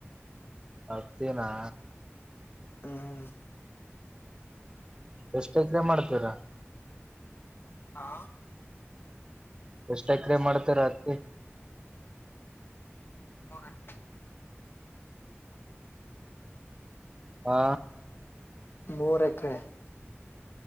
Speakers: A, on the right (about 20°); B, on the left (about 55°).
A: ಅತೇನಾ
B: ಹ್ಮ ಹ್ಮ
A: ಎಷ್ಟು ಎಕರೆ ಮಾಡ್ತೀರಾ
B: ಹಾ
A: ಎಷ್ಟ ಎಕ್ರ ಮಾಡ್ತೇ ರಾತ್ರಿ
B: ನೂರ ಎಕರೆ
A: ಹಾ
B: ಮೂರ ಎಕರೆ